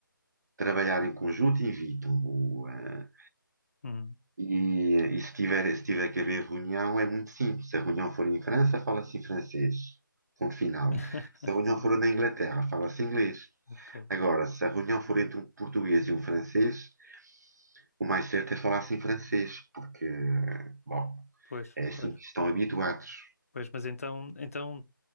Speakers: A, on the right; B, on the left.
A: trabalhar em conjunto, evitam. O, eh,
B: Uhum.
A: e, eh, e se tiver, se tiver que haver reunião, é muito simples. Se a reunião for em França, fala-se em francês. Ponto final.
B: <laughs>
A: Se a reunião
B: Sim,
A: for na Inglaterra, fala-se inglês.
B: ok.
A: Agora, se a reunião for entre um português e um francês, o mais certo é falar-se em francês, porque, eh, bom,
B: Pois,
A: é assim
B: pois.
A: que estão habituados.
B: Pois, mas então, então